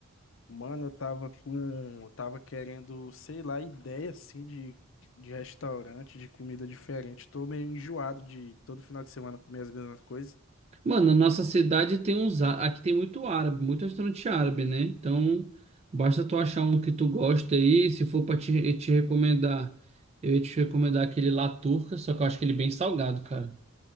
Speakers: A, on the left (about 60°); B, on the right (about 30°).
A: Mano, eu tava com, eu tava querendo, sei lá, ideia assim de, de restaurante, de comida diferente. Tô meio enjoado de todo final de semana comer as mesmas coisas.
B: Mano, a nossa cidade tem uns. á- Aqui tem muito árabe, muito restaurante árabe, né? Então, basta tu achar um que tu gosta aí. Se for pra te, te recomendar, eu ia te recomendar aquele lá turca, só que eu acho que ele é bem salgado, cara.